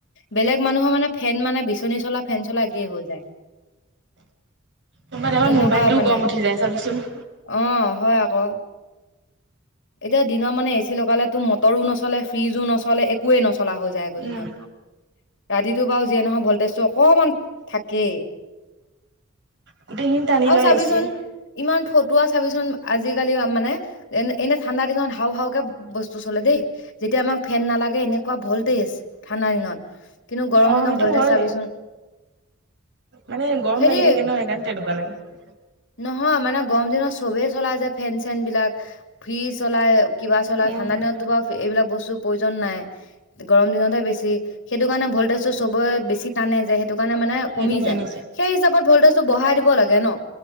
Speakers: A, on the left; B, on the right.
A: বেলেগ মানুহৰ মানে ফেন মানে বিচনী চলা ফেন চলা একেই হৈ যায়।
B: কোনবা টাইমত
A: তেনেকুৱা
B: মোবাইলটো
A: মানে
B: গৰম উঠি যায় চাবিচোন।
A: অ হয় আকৌ। এতিয়া দিনৰ মানে এ চি লগালেতো মটৰো নচলে, ফ্ৰিজো নচলে একোৱে নচলা হৈ যায় আকৌ
B: উম।
A: দিনত ৰাতিটো বাৰু যিয়ে নহয় ভল্টেজটো অকণমান থাকেই।
B: গোটেইখিনি টানি
A: আৰু
B: লৈ
A: চাবিচোন
B: এই চি এ।
A: ইমান ফতুৱা চাবিচোন আজিকালি মানে এনে এনে ঠাণ্ডা দিনত হাও হাওকে বস্তু চলে দেই, যেতিয়া আমাক ফেন নালাগে এনেকুৱা ভল্টেজ ঠাণ্ডা দিনত। কিন্তু গৰম
B: অ
A: দিনৰ
B: সেইটো
A: ভল্টেজ
B: হয়
A: চাবিচোন।
B: মানে গৰম
A: হেৰি
B: লাগি থাকে ন' সেইকাৰণে তেনেকুৱা লাগে।
A: নহয় মানে গৰম দিনত চবেই চলাই ফেন চেন বিলাক। ফ্ৰিজ চলাই, কিবা চলাই,
B: উম
A: ঠাণ্ডা দিনততো বাৰু এইবিলাক বস্তুৰ প্ৰয়োজন নাই, গৰম দিনতহে বেছি সেইটো কাৰণে ভল্টেজটো চবে বেছি টানে যে সেইটো কাৰণে মানে
B: সেইটো
A: কমি
B: কাৰণে
A: যায়। সেই হিচাপত ভল্টেজটো বঢ়াই দিব লাগে ন'।